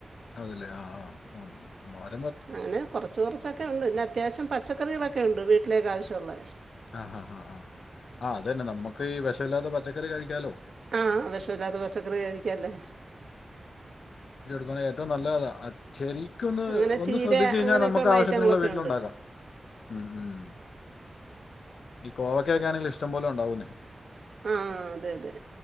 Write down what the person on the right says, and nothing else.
അങ്ങനെ കൊറച്ച് കുറച്ചൊക്കെ ഉണ്ട് പിന്നെ അത്യാവശ്യം പച്ചക്കറികളൊക്കെ ഉണ്ട് വീട്ടിലേക്ക് ആവശ്യമുള്ള
ആ വിഷമില്ലാത്ത പച്ചക്കറി കഴിക്കല്ലേ
അങ്ങനെ
ചീര
അങ്ങനെയൊക്കെയുള്ള
ഐറ്റങ്ങളൊക്കെ
ഉണ്ട്
ആഹ അതെ അതെ